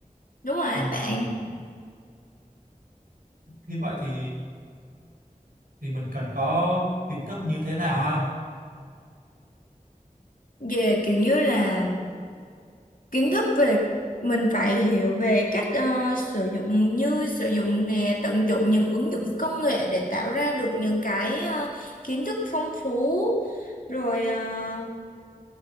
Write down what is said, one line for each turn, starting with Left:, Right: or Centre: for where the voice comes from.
Left: đúng rồi á
Right: Ừm,
Left: bạn
Right: Thế vậy thì thì mình cần có kiến thức như thế nào ha
Left: về kiểu như là kiến thức về mình phải hiểu về cách ờ, sử dụng như sử dụng nè tận dụng những ứng dụng công nghệ để tạo ra được những cái ờ, kiến thức phong phú rồi ờ,